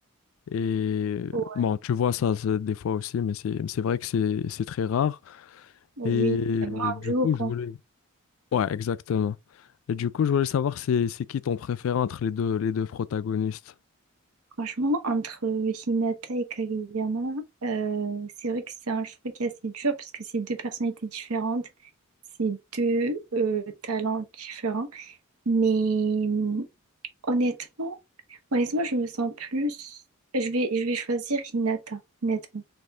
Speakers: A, on the left (about 65°); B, on the right (about 85°).
A: Et
B: Ouais,
A: bon, tu vois ça c'est- des fois aussi, mais c'est, c'est vrai que c'est, c'est très rare.
B: oui,
A: Et
B: vraiment
A: du
B: un duo,
A: coup,
B: quoi.
A: je voulais... Ouais, exactement. Et du coup, je voulais savoir c'est, c'est qui ton préféré entre les deux, les deux protagonistes.
B: Franchement, entre Hinata et Kageyama, euh, c'est vrai que c'est un choix qui est assez dur parce que c'est deux personnalités différentes, c'est deux euh, talents différents. Mais hum, honnêtement, honnêtement, je me sens plus... Je vais, je vais choisir Hinata, honnêtement.